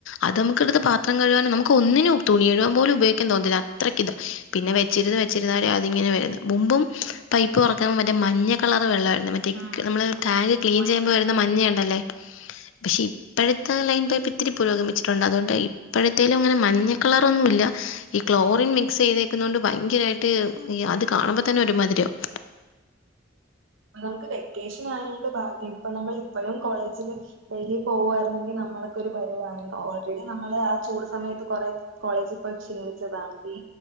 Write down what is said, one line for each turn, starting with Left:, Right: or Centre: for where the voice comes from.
Left: അത് നമുക്കെടുത്ത പാത്രം കഴുകാനും നമുക്ക് ഒന്നിനും തുണി കഴുകാൻ പോലും ഉപയോഗിക്കൻ തോൻതില്ല അത്രയ്ക്ക ഇതോ പിന്നെ വെച്ചിരുത് വെച്ചിരുന്നരെ അതിങ്ങനെ വരുന്ന മുമ്പും പൈപ്പ് മറ്റേ മഞ്ഞ കളറ് വെള്ളാ മറ്റേ
Right: ഉം
Left: ക്ക് നമ്മള് ടാങ്ക് ക്ലീൻ
Right: ഓരങ്ങള്
Left: ചെയ്യുമ്പോവരുന്ന മഞ്ഞ ഉണ്ടല്ലേ പക്ഷെ ഇപ്പോഴത്തെ ലൈൻ പൈപ്പ് ത്തിരി പുരോഗമിച്ചിട്ടുണ്ട് അതുകൊണ്ട് ഇപ്പോഴത്തേലും ങ്ങനെ മഞ്ഞ കളറോന്നുല്ല ഈ ക്ലോറിൻ മിക്സയ്തേക്കുന്നൊണ്ട് ഭയങ്കരമയിട്ട് അത് കാണുമ്പോ തന്നെ ഒരുമാതിരിയാകും
Right: അ നമുക്ക് വെക്കേശനായോണ്ട് ഭാഗ്യം ഇപ്പ നമ്മള് ഇപ്പഴും കോളേജില് ഡെയിലി പോവാരുന്നു ങ്കി നമ്മളൊക്കൊരു ഒരു പരുവായ്ന്നു ഓൾറെഡി നമ്മള് ആ ചൂട് സമയത്ത് കൊറെ കോളേജിൽപ്പോയി ക്ഷീണിച്ചതാണ് ഈ